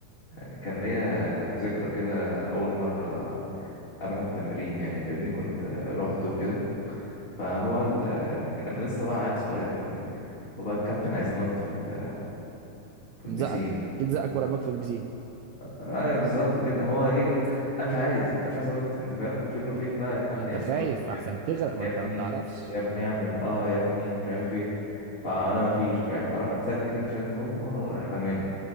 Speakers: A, on the left; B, on the right.
A: آه، كان ليا ذكرى كده اول مرة اروح التمرين يعني فاهمني كنت آه، روحت وكده فهو ال... انا لسه بقى عيل صغير فاهمني هو بقى الكابتن عايز ينط في ال... في
B: مزقك
A: البسين انت
B: اكيد زقك ورماك في البسين
A: ايوه بالظبط كده هو ايه انا مش عايز انا مش عايز انط انت فاهم وفين وفين
B: تبدأ
A: بقى يتحل
B: ما انت
A: يا ابني
B: خايف
A: نط يا
B: احسن
A: ابني
B: تغرق ما
A: يا
B: انت
A: ابني
B: ما بتعرفش
A: يا ابني اعمل اه يا ابني مش عارف ايه فانا مفيش مش عارف فراح مسكني كده شالني هوب آه، راح رماني